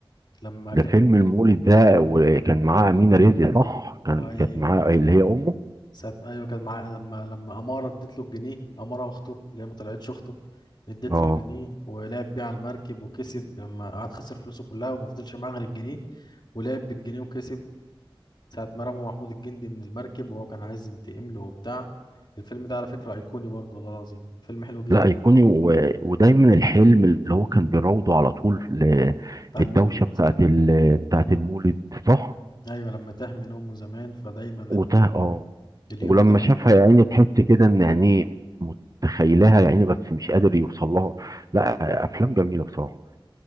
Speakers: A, on the left; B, on the right.
A: لما
B: ده
A: كانت
B: فيلم المولد ده وكان معاه أمينة رزق صح كان
A: ايوه
B: كانت معاه اللي هي أمه
A: سات ايوه كان مع لما لما اماره اديت له الجنيه اماره اخته اللي هي ما طلعتش اخته اديت
B: اه
A: له الجنيه ولعب بيه على المركب وكسب لما قعد خسر فلوسه كلها وما فضلش معاه غير الجنيه ولعب بالجنيه وكسب ساعة ما رموا محمود الجندي من المركب وهو كان عايز ينتقم له وبتاع الفيلم ده على فكرة أيقوني برضه والله العظيم فيلم حلو جدا
B: لا أيقوني و... ودايما الحلم اللي هو كان بيراوده على طول ل-
A: بتاع
B: الدوشة
A: المولد
B: بتاعت ال... بتاعت المولد صح
A: أيوة لما تاه من أمه زمان فدايما
B: وده اه
A: اليوم
B: ولما
A: ده في
B: شافها يا عيني تحس كده إن يعني متخيلها يا عيني بس مش قادر يوصل لها لا أفلام جميلة بصراحة